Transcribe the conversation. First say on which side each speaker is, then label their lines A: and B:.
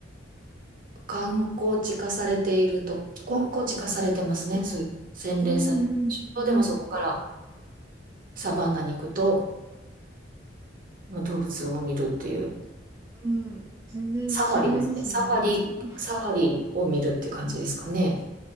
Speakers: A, on the right; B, on the right.
A: 観光地化されていると、観光地化されてますね。
B: はい。
A: そういう、洗練されてるでしょ。
B: うん、うん、うん。
A: でもそこからサバンナに行くと、まあ動物を見るっていう、
B: うん、全然違いますね。
A: サファリですね。サファリ、
B: いや、
A: サファリを見るって感じですかね。